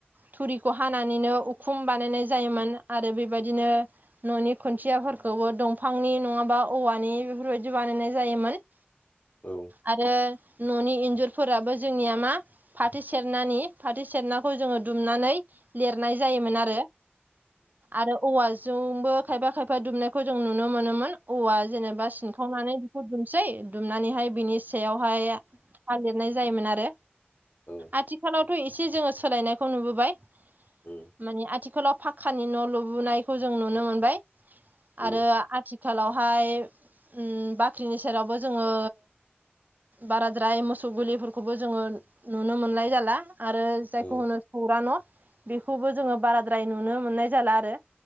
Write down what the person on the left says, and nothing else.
औ
औ
उ
उम
औ